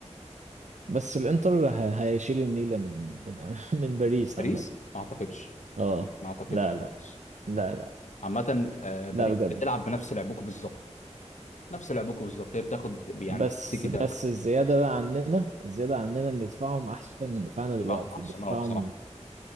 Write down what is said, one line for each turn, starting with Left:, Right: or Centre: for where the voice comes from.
Right: بس الانتر ه- هيشيل النيلة من من <laughs> من باريس
Left: باريس
Right: عامة
Left: ما اعتقدش
Right: اه
Left: ما اعتقدش
Right: لا لا
Left: خالص
Right: لا
Left: خالص
Right: لا
Left: عامة آه، باريس
Right: لا بجد
Left: بتلعب بنفس لعبكم بالظبط نفس لعبكم بالظبط هي بتاخد يعني
Right: بس
Left: تيكي تاك
Right: بس الزيادة بقى عننا الزيادة عننا ان دفاعهم احسن من دفاعنا دلوقتي
Left: دفاعهم احسن
Right: دفاعهم
Left: اه بصراحة